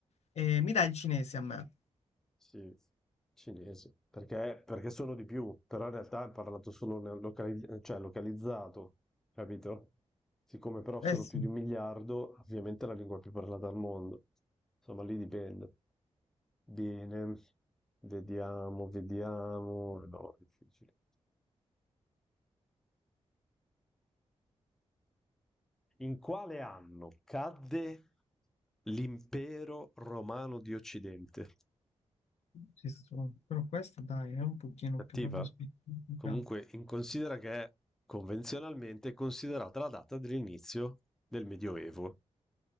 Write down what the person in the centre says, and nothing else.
Sì, cinese, perché, perché sono di più, però in realtà è parlato solo nel locali- cioè localizzato, capito? Siccome però sono
più di un miliardo, ovviamente è la lingua più parlata al mondo. Insomma, lì dipende. Bene, vediamo, vediamo. No, è difficile. In quale anno cadde l'impero romano di Occidente?
Cattiva?
Comunque, in considera che è convenzionalmente considerata la data dell'inizio del Medioevo.